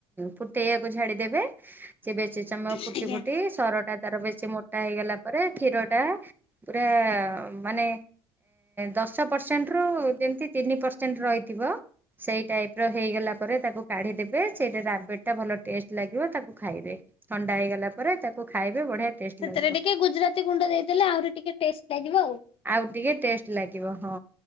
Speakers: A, on the right; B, on the left.
A: ଫୁଟେଇବାକୁ ଛାଡିଦେବେ। ସେ ବେଶି ସମୟ
B: ଆଜ୍ଞା।
A: ଫୁଟି ଫୁଟି ସରଟା ତାର ବେଶୀ ମୋଟା ହେଇଗଲା ପରେ କ୍ଷୀରଟା ପୁରା ମାନେ ଦଶ ପରସେଣ୍ଟରୁ ଯେମିତି ତିନି ପରସେଣ୍ଟ ରହିଥି ଥିବ। ସେଇ ଟାଇପର ହେଇଗଲା ପରେ ତାକୁ କାଢିଦବେ। ସେଇଟା ରାବେଡିଟା ଭଲ ଟେଷ୍ଟ ଲାଗିବ ତାକୁ ଖାଇବେ। ଥଣ୍ଡା ହେଇଗଲା ପରେ ତାକୁ ଖାଇବେ ବଢିଆ ଟେଷ୍ଟ
B: ସେଥିରେ
A: ଲାଗିବ।
B: ଟିକେ ଗୁଜୁରାତି ଗୁଣ୍ଡ ଦେଇଦେଲେ ଆହୁରି ଟିକେ ଟେଷ୍ଟ ଲାଗିବ ଆଉ।
A: ଆଉ ଟିକେ ଟେଷ୍ଟ ଲାଗିବ ହଁ।